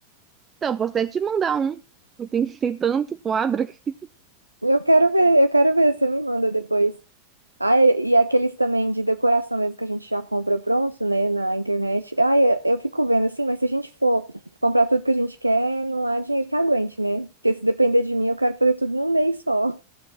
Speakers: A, on the right; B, on the right.
A: Então, posso até te mandar um. Eu tenho <laughs> tem tanto quadro aqui.
B: Eu quero ver, eu quero ver, você me manda depois. Ah, e e aqueles também de decoração mesmo que a gente já compra pronto, né, na internet. Ah, eu, eu fico vendo assim, mas se a gente for comprar tudo que a gente quer, não há dinheiro que aguente, né? Porque se depender de mim, eu quero fazer tudo num mês só.